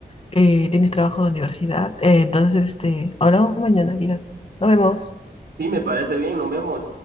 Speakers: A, on the left; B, on the right.
A: eh, tienes trabajo de universidad, eh, entonces, este, hablamos mañana quizás. Nos vemos.
B: sí, me parece bien, nos vemos.